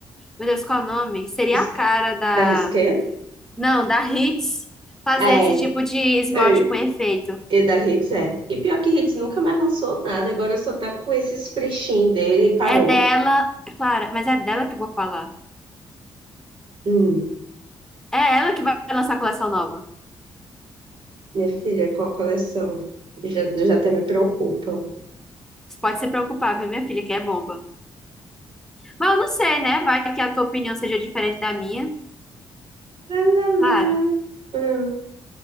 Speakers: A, in the centre; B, on the right.
A: Meu Deus, qual é o nome? Seria
B: Ris-
A: a cara da.
B: Da Risqué?
A: Não, da Hits fazer
B: É.
A: esse tipo de esmalte
B: É.
A: com efeito.
B: E da Hits é. E pior que Hits nunca mais lançou nada, agora só tá com esses frechinhos dele e parou.
A: É dela, é claro, mas é dela que eu vou falar.
B: Hum,
A: É ela que vai lançar a coleção nova.
B: minha filha, qual a coleção? Já, já até me preocupam.
A: Você pode se preocupar, viu, minha filha, que é bomba. Mas eu não sei, né? Vai que a tua opinião seja diferente da minha.
B: Lá, lá,
A: Claro.
B: lá. Hum,